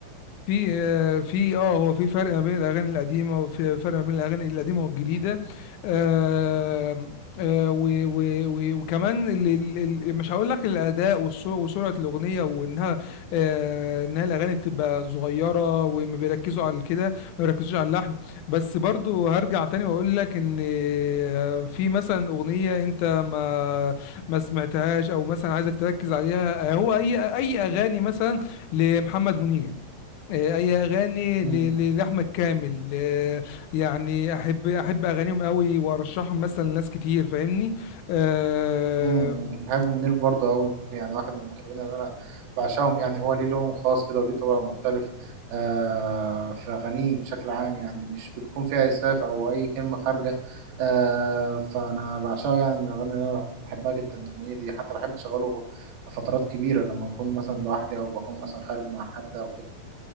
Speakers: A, on the left; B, on the right.
A: في آه، في اه هو في فرق ما بين الاغاني القديمه وفي فرق ما بين الاغاني القديمه والجديده آه آه و و و وكمان ال ال ال مش هقول لك الاداء والصو- وسرعه الاغنيه وانها آه انها الاغاني بتبقى صغيره وما بيركزوا على كده ما بيركزوش على اللحن بس برضو هرجع تاني واقول لك ان آه، في مثلا اغنيه انت ما ما سمعتهاش او مثلا عايزك تركز عليها آه، هو اي اي اغاني مثلا لمحمد منير آه، اي اغاني
B: ايه
A: ل- ل- لاحمد كامل آه، يعني احب احب اغانيهم قوي وارشحهم مثلا لناس كتير فاهمني آه،
B: امم بحب منير برضه قوي يعني واحد من المطربين اللي انا بعشقهم يعني هو ليه لون خاص كده وليه طبع مختلف آه في اغانيه بشكل عام يعني مش بتكون فيها اسفاف او اي كلمه خارجه آه فانا بعشقه يعني من الاغاني اللي انا بحبها جدا لمنير دي حتى بحب اشغله في فترات كبيره لما بكون مثلا لوحدي او بكون مثلا خارج مع حد او كده